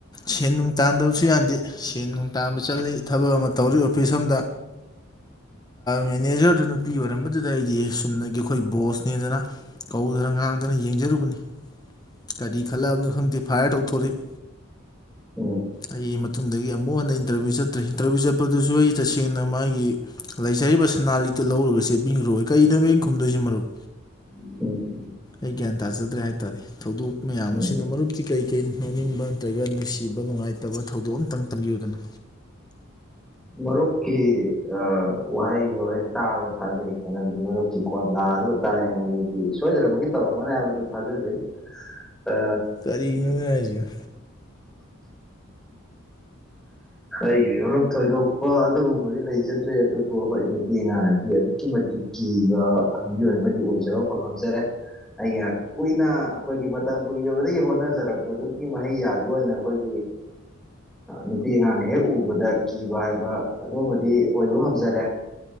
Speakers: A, on the left (about 20°); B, in the centre.
A: ꯁꯦꯟ ꯅꯨꯡ ꯇꯥꯟꯗꯕꯁꯨ ꯌꯥꯗꯦ ꯁꯦꯟ ꯅꯨꯡ ꯇꯥꯟꯕ ꯆꯠꯂꯤ ꯊꯕꯛ ꯑꯃ ꯇꯧꯔꯤ ꯑꯣꯐꯤꯁ ꯑꯝꯗ ꯃꯦꯅꯦꯖꯔꯗꯨ ꯅꯨꯄꯤ ꯑꯣꯏꯔꯝꯕꯗꯨꯗ ꯑꯩꯗꯤ ꯁꯨꯝꯅꯒꯤ ꯑꯩꯈꯣꯏ ꯕꯣꯁꯅꯦꯗꯅ ꯀꯧꯗꯅ ꯉꯥꯡꯗꯅ ꯌꯦꯡꯖꯔꯨꯕꯅꯤ ꯀꯔꯤ ꯈꯜꯂꯑꯕꯅꯣ ꯈꯪꯗꯦ ꯐꯥ꯭ꯌꯔ ꯇꯧꯊꯣꯔꯛꯏ꯫
B: ꯎꯝ
A: ꯑꯩ ꯃꯇꯨꯡꯗꯒꯤ ꯑꯃꯨꯛ ꯍꯟꯅ ꯏꯟꯇꯔꯚ꯭ꯌꯨ ꯆꯠꯇ꯭ꯔꯦ ꯏꯟꯇꯔꯚ꯭ꯌꯨ ꯆꯠꯄꯗꯨꯁꯨ ꯑꯩ ꯇꯁꯦꯡꯅ ꯃꯥꯒꯤ ꯂꯩꯖꯔꯤꯕ ꯁꯅꯥ ꯂꯤꯛꯇ ꯂꯧꯔꯒ ꯆꯦꯟꯕꯤꯈ꯭ꯔꯣꯏ ꯀꯔꯤꯅꯣꯕ ꯑꯩꯟ ꯈꯨꯝꯗꯣꯏꯁꯤ ꯃꯔꯨꯞ
B: ꯎꯝ꯫
A: ꯑꯩ ꯒ꯭ꯌꯥꯟ ꯇꯥꯖꯗ꯭ꯔꯦ ꯍꯥꯏꯇꯥꯥꯔꯦ ꯊꯧꯗꯣꯛ ꯃꯌꯥꯝ
B: ꯎꯝ
A: ꯑꯁꯤꯅ ꯃꯔꯨꯞꯇꯤ ꯀꯔꯤ ꯀꯔꯤ ꯅꯣꯛꯅꯤꯡꯕ ꯅꯠꯇ꯭ꯔꯒ ꯅꯨꯡꯁꯤꯕ ꯅꯨꯡꯉꯥꯏꯇꯕ ꯊꯧꯗꯣꯛ ꯑꯃꯇꯪ ꯇꯝꯕꯤꯌꯨꯗꯅ꯫
B: ꯃꯔꯨꯞꯀꯤ ꯑ ꯋꯥꯍꯩꯗꯣ ꯍꯦꯛ ꯇꯥꯕꯗ ꯊꯥꯖꯩ ꯃꯔꯝꯗꯤ ꯃꯔꯨꯞ ꯀꯣꯟꯗꯥ ꯗꯨꯗ ꯇꯥꯛꯑꯦ ꯍꯥꯏꯗꯤ ꯁꯣꯏꯗꯅꯃꯛꯀꯤ ꯇꯧꯔꯝꯒꯅꯤ ꯍꯥꯏꯕꯗꯨ ꯊꯥꯖꯖꯩ꯫ ꯑ꯫
A: ꯀꯔꯤꯅꯣꯅꯦ ꯍꯥꯏꯖꯤ
B: ꯑꯩꯒꯤꯗꯤ ꯃꯔꯨꯞ ꯊꯣꯏꯗꯣꯛꯄ ꯑꯗꯨꯒꯨꯝꯕꯗꯤ ꯂꯩꯖꯗ꯭ꯔꯦ ꯑꯗꯨꯝ꯫ ꯍꯣꯏ ꯍꯣꯏ ꯅꯨꯄꯤ ꯑꯉꯥꯡꯅꯗꯤ ꯑꯗꯨꯛꯀꯤ ꯃꯇꯤꯛ ꯀꯤꯕ ꯃꯤꯑꯣꯏ ꯑꯃꯗꯤ ꯑꯣꯏꯖꯔꯣ ꯐ ꯉꯝꯖꯔꯦ ꯑꯩꯅ ꯀꯨꯏꯅ ꯑꯩꯈꯣꯏꯒꯤ ꯃꯇꯝ ꯀꯨꯏꯕꯗꯒꯤ ꯍꯣꯠꯅꯖꯔꯛ ꯄꯗꯨꯒꯤ ꯃꯍꯩ ꯌꯥꯟꯕ ꯑꯣꯏꯅ ꯑꯩꯈꯣꯏꯒꯤ ꯅꯨꯄꯤ ꯑꯉꯥꯡꯅ ꯍꯦꯛ ꯎꯕꯗ ꯀꯤꯕ ꯍꯥꯏꯕ ꯑꯗꯨꯝꯕꯗꯤ ꯑꯣꯏꯕ ꯉꯝꯖꯔꯦ꯫